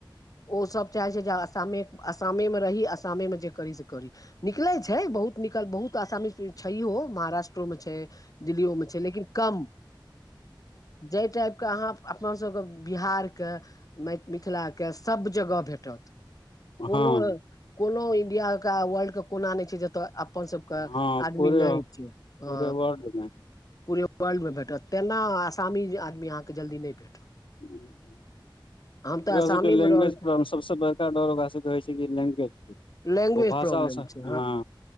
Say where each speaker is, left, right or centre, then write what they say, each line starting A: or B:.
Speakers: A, on the left; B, on the left.
A: ओसब चाहैत छै जे आसामे आसामे मे रही आसामे जे करी सँ करी निकलैत छै बहुत निकल, बहुत आसामी छैयहो महाराष्ट्र ओमे छैय दिल्ली ओ मे छै लेकिन कम, जाहि टाइप। हा अपनसभके बिहारके मिथ मिथिलाके सभ जगह भेटत कोनो
B: हँ
A: कोनो इन्डियाके वर्ल्डके कोना नहि छै जतय अप अपन सभके
B: हँ
A: आदमी
B: पूरे
A: नहि छै
B: पूरे
A: ह
B: वर्ल्ड मे
A: पुरे वर्ल्डमे भेटत तेना आसामी आदमी अहाँकेँ जल्दी नहि भेटत।
B: <inaudible>
A: हम तऽ
B: ओकरा
A: आसामेमे
B: सभके लैग्वेज
A: रहल छी
B: पर सभसँ बड़का डर ओकरा सभके होई छै कि लैग्वेज के
A: लैंग्वेज
B: ओ भाषा
A: प्रॉब्लम छै
B: हँ